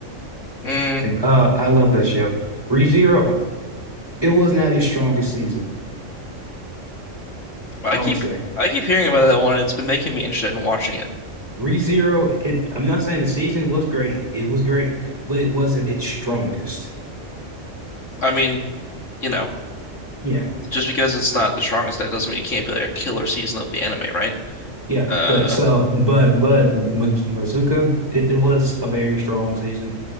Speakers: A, on the left; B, on the right.
A: Mm,
B: Like uh, I love that show. ReZero. It was not his strongest season,
A: I
B: I
A: keep
B: would say.
A: I keep hearing about that one and it's been making me interested in watching it.
B: ReZero. It. I'm not saying the season was great. It was great, but it wasn't its strongest.
A: I mean, you know,
B: Yeah.
A: just because it's not the strongest that doesn't mean it can't be like a killer season of the anime, right?
B: Yeah,
A: Uh,
B: but so, but but Ma- Mazuka, it, it was a very strong season.